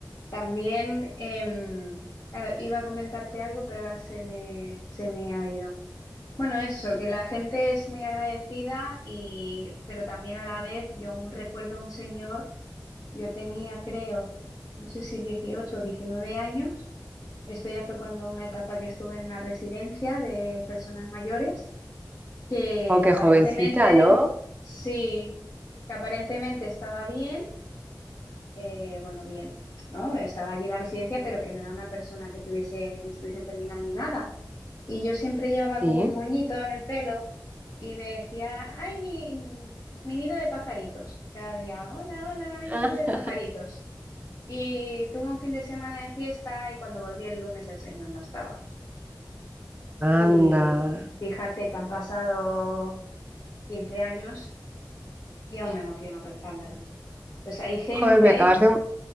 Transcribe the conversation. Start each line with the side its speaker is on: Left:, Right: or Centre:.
Left: También, em, claro, iba a comentarte algo, pero ahora se me, se me ha ido. Bueno, eso, que la gente es muy agradecida y, pero también a la vez, yo aún recuerdo a un señor, yo tenía, creo, no sé si 18 o 19 años, esto ya fue cuando una etapa que estuve en una residencia de personas mayores, que
Right: Oh, qué
Left: aparentemente,
Right: jovencita, ¿no?
Left: sí, que aparentemente estaba bien eh, bueno, bien, ¿no? Estaba allí en la residencia, pero que no era una persona que tuviese ni estuviese terminal ni nada. Y yo siempre llevaba
Right: Sí.
Left: como un moñito en el pelo y me decía, ay, mi, mi nido de pajaritos. Cada día, hola, hola, ay, mi
Right: Ah,
Left: nido de pajaritos. Y tuve un fin de semana de fiesta y cuando volví el lunes el señor no estaba.
Right: Anda.
Left: Y fíjate que han pasado 15 años y aún me emociono pensándolo. Pues hay gente
Right: Joder, me acabas de